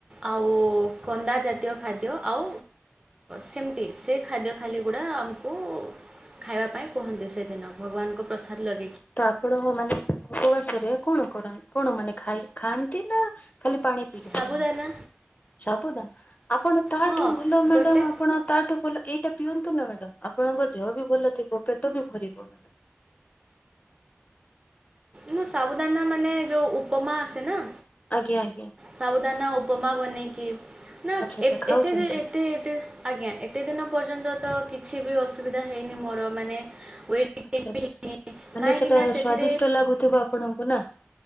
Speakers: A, on the right; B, on the left.
A: ଆଉ କନ୍ଦା ଜାତୀୟ ଖାଦ୍ୟ ଆଉ ସେମିତି ସେ ଖାଦ୍ୟ ଖାଲିଗୁଡ଼ା ଆମକୁ ଖାଇବା ପାଇଁ କୁହନ୍ତି ସେଦିନ ଭଗବାନଙ୍କୁ ପ୍ରସାଦ ଲଗେଇ
B: ତ ଆପଣ ମାନେ ଉପବାସରେ କଣ କରନ୍ତି କଣ ମାନେ ଖାଇ ଖାଆନ୍ତି ନା ଖାଲି ପାଣି ପିଇକି
A: ସାବୁଦାନା
B: ରୁହନ୍ତି। ସାବୁଦାନା। ଆପଣ ତାଠୁ
A: ହଁ
B: ଭଲ ମ୍ୟାଡ଼ାମ
A: ଗୋଟେ
B: ଆପଣ ତାଠୁ ଭଲ ଏଇ ଟ ପିଅନ୍ତୁ ନା ମ୍ୟାଡାମ ଆପଣଙ୍କ ଦେହ ବି ଭଲ ଥିବ ପେଟ ବି ଭରିବ।
A: ମୁଁ ସାବୁଦାନା ମାନେ ଯୋଉ ଉପମା ଆସେ ନା।
B: ଆଜ୍ଞା ଆଜ୍ଞା।
A: ସାବୁଦାନା ଉପମା ବନେଇକି ନା
B: ଆଚ୍ଛା ଆଚ୍ଛା
A: ଏତେ
B: ଖାଉଛନ୍ତି
A: ଏତେ ଏ ଆଜ୍ଞା ଏତେ ଦିନ ପର୍ଯ୍ୟନ୍ତ ତ କିଛି ବି ଅସୁବିଧା ହେଇନି ମୋର ମାନେ ୱେଟ୍
B: ଆଛା
A: ଗେନ୍
B: ଆଛା
A: ବି ହେଇନି
B: ମାନେ
A: କାହିଁକି
B: ସେଇଟା
A: ନା ସେଥିରେ
B: ସ୍ଵାଦିଷ୍ଟ ଲାଗୁଥିବ। ଆପଣଙ୍କୁ ନା